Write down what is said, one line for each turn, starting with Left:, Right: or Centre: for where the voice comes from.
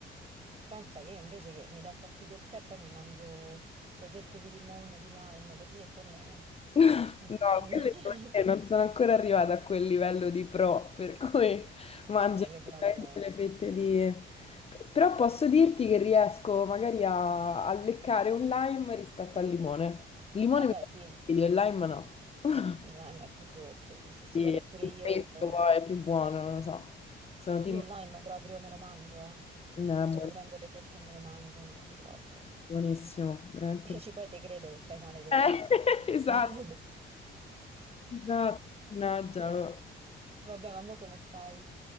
Right: Te Pensa che io invece che mi dà fastidio il tè, poi mi mangio le fette di limone, di lime, così e quelle
Left: No,
Right: non mi fanno
Left: quelle
Right: <laughs> niente.
Left: devo dire, non sono ancora arrivata a quel livello di pro, per cui mangio
Right: No, io
Left: direttamente
Right: proprio...
Left: le fette di... Però posso dirti che riesco magari a, a leccare un lime rispetto al limone. Il limone
Right: Vabbè,
Left: mi dà
Right: sì,
Left: fastidio, il lime no. <laughs>
Right: il lime è più dolce, sì, sì, sì,
Left: Sì,
Right: vabbè,
Left: è
Right: pure
Left: più
Right: io...
Left: fresco poi, è più buono, non lo so. Sono team...
Right: Io il lime proprio me lo mangio, eh.
Left: No,
Right: Cioè
Left: è buon-
Right: proprio prendo le fette e me le mangio, mi piace troppo.
Left: buonissimo, veramente
Right: Dici,
Left: buono.
Right: poi te credo che stai male col
Left: Eh,
Right: te.
Left: <laughs> esatto,
Right: <laughs>
Left: esatto, mannaggia. oh.
Right: Vabbè, ma mo come stai?